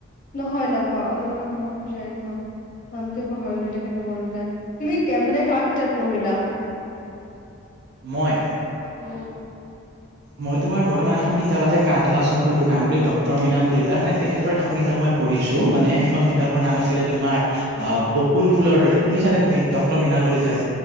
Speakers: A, on the left (about 40°); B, on the right (about 50°).
A: নহয় নহয় অনুৰাধা শৰ্মা পূজাৰী নহয় নামটোৱে পাহৰিলো তেখেতৰ মনত নাই তুমি <unintelligible> মানে কাৰ কিতাপ পঢ়িলা?
B: মই
A: উম
B: মই তোমাৰ বৰ্তমান এখন কিতাপ আছে কা ধুৱোৱা চকুলৰ গান বুলি ডক্টৰ মৃণাল কলিতাৰ মানে তেখেতৰ এখন কিতাপ মই। পঢ়িছো মানে সেইখন কিতাপৰ নাম আছিলে, তোমাৰ! অ বকুল ফুলৰ দৰে শুনিছ নে তুমি ডক্টৰ মৃণাল কলিতাৰ।